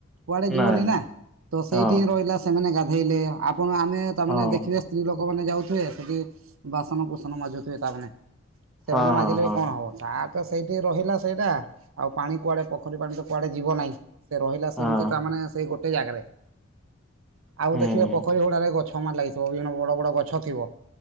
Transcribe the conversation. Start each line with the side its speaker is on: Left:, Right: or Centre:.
Right: କୁଆଡେ ଯିବନି
Centre: ନାଇଁ
Right: ନା ତ ସେଇଠି
Centre: ହଁ
Right: ହିଁ ରହିଲା ସେମାନେ ଗାଧେଇଲେ ଆପଣ ଆମେ ତାମାନେ
Centre: ହଁ
Right: ଦେଖ ଲୋକମାନେ ଯାଉଥିବେ ସେଠି ବାସନ କୁସନ ମାଜୁଥିବେ ତାମାନେ। ସେମାନେ
Centre: ହଁ ହଁ
Right: ମାଜିଲେ
Centre: ହଁ
Right: ବି କଣ ହବ ତା ତ ସେଇଠି ରହିଲା ସେଇଟା ଆଉ ପାଣି କୁଆଡେ ପୋଖରୀ ପାଣି ତ କୁଆଡେ ଯିବ ନାହିଁ। ସେ ରହିଲା
Centre: ହଁ
Right: ସେମିତି ତା ମାନେ ସେଇ ଗୋଟେ ଜାଗାରେ। ଆଉ
Centre: ହୁଁ
Right: ଦେଖିବେ ପୋଖରୀ ହୁଡାରେ ଗଛ ମାନ୍ ଲାଗିଥିବ ବିଭିନ୍ନ ବଡ ବଡ ଗଛ ଥିବ